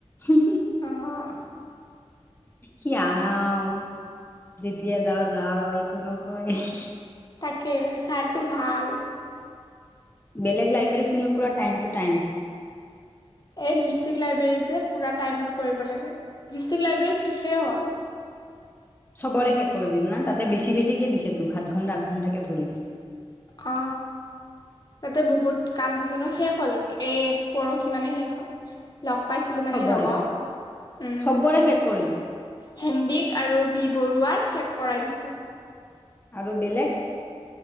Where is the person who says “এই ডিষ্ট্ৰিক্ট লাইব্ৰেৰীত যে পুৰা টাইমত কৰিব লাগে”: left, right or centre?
Left